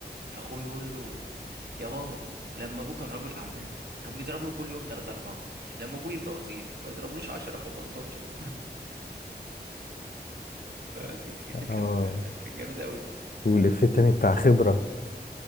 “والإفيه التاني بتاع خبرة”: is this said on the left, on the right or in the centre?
Left